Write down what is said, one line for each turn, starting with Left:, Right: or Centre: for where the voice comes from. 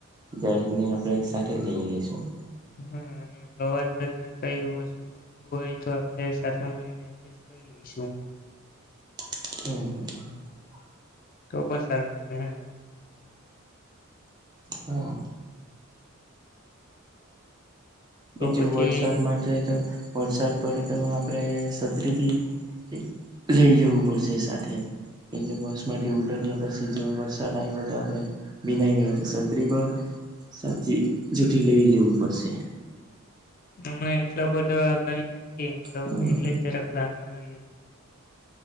Right: જઈને આપડે સાથે લઈ લઈએ. શું
Left: હા અને પ્રવાસ દરમિયાન કઈ વસ્તુ ખુટતું હોય તો આપણે સાથે મળીને એડજસ્ટ કરી લઈશું.
Right: હમ
Left: તો પણ સારું કેવાય હેને
Right: હા.
Left: તો
Right: બીજું
Left: પછી
Right: વરસાદ માટે તો વરસાદ પડે તો આપણે છત્રી ભી લઈ જવું પડશે સાથે કેમ બસ માંથી ઉતર્યા પછી જો વરસાદ આવ હો તો આપણે ભીનાઈ જઈ તો છત્રી પણ સાચી જઠી લઈ લેવું પડશે.
Left: હમણા એટલા બધા <unintelligible> નથી એમ તો
Right: હા
Left: એકલે જ જરા પ્લાન બનાવ્યો છે.